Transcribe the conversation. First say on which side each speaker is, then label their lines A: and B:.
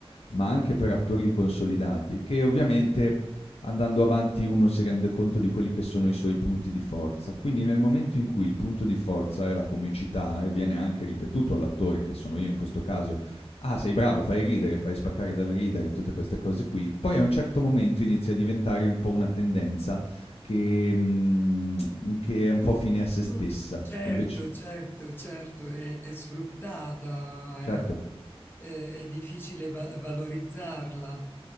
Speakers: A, on the left; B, on the left.
A: ma anche per attori consolidati, che ovviamente andando avanti uno si rende conto di quelli che sono i suoi punti di forza. Quindi nel momento in cui il punto di forza è la comicità e viene anche ripetuto all'attore, che sono io in questo caso, ah sei bravo, fai ridere, fai spaccare dal ridere, tutte queste cose qui, poi a un certo momento inizia a diventare un po' una tendenza che, mm, che è un
B: Tu,
A: po' fine a se stessa.
B: tu- certo,
A: E invece,
B: certo, certo,
A: sì,
B: è, è sfruttata,
A: certo.
B: è, è- è difficile va- valorizzarla.